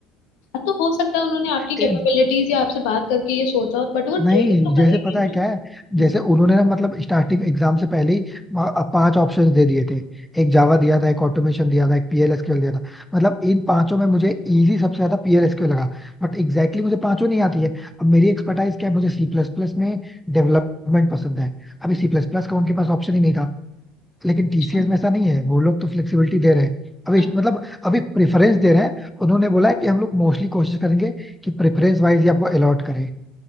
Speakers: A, on the left; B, in the centre.
A: हाँ, तो हो सकता है उन्होंने आपकी कैपेबिलिटीज
B: है
A: या आपसे बात करके ये सोचा हो बट वो ट्रेन
B: नहीं
A: तो
B: जैसे
A: करेंगे
B: पता
A: ना
B: है क्या है जैसे
A: अच्छा
B: उन्होंने ना मतलब स्टार्टिंग एग्जाम से पहले ही वहाँ पांच ऑप्शंस दे दिए थे एक जावा दिया था एक ऑटोमेशन दिया था एक पीएलएसक्यूएल दिया था मतलब इन पांचों में मुझे इजी सबसे ज्यादा पीएलएसक्यूएल लगा बट एग्जैक्टली मुझे पांचों नहीं आती है अब मेरी एक्सपर्टाइज क्या है मुझे सी प्लस प्लस में डेवलपमेंट पसंद है अभी सी प्लस प्लस का उनके पास ऑप्शन ही नहीं था लेकिन टीसीएस
A: अच्छा,
B: में ऐसा नहीं है वो लोग तो फ्लेक्सिबिलिटी दे रहे हैं अभी
A: हाँ,
B: इस- मतलब अभी प्रेफरेंस दे रहे हैं उन्होंने बोला है कि हम लोग मोस्टली कोशिश करेंगे कि प्रेफरेंस वाइज ही आपको अलॉट करें